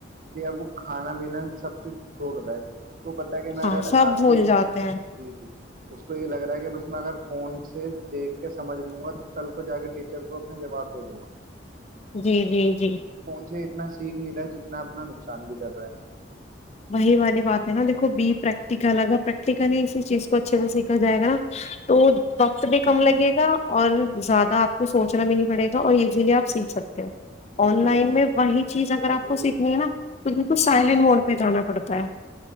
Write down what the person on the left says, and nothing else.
ہاں
سب
بھول
جاتے ہیں
جی جی جی
وہی والی بات ہے نا دیکھو بی پریکٹیکل اگر پریکٹیکلی اسی چیز کو اچھے سے سیکھا جائے گا نا تو وقت بھی کم لگے گا اور زیادہ آپ کو سوچنا بھی نہیں پڑے گا اور ایزیلی آپ سیکھ سکتے ہو
آن
لائن میں وہی چیز اگر آپ
کو سیکھنی ہے نا تو بالکل سائلنٹ موڈ پہ جانا پڑتا ہے